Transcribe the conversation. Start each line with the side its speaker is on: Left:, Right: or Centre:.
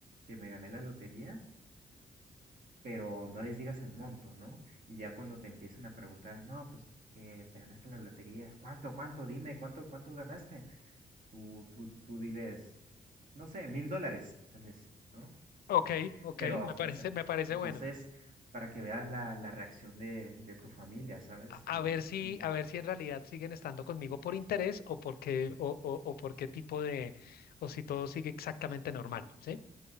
Right: que me gané la lotería, pero no les digas el monto, ¿no? Y ya cuando te empiezan a preguntar, no, pues que te ganaste la lotería, ¿cuánto, cuánto? Dime, ¿cuánto, cuánto ganaste? Tú, tú, tú diles, no sé, mil dólares, tal vez, ¿no?
Left: ok, ok,
Right: Pero,
Left: me parece,
Right: o sea,
Left: me parece
Right: entonces,
Left: bueno.
Right: para que veas la, la reacción de, de tu familia, ¿sabes?
Left: a
Right: Y,
Left: a ver si,
Right: y
Left: a ver si en realidad siguen estando conmigo por interés o por qué, o, o, o por qué tipo de, o si todo sigue exactamente normal, ¿sí?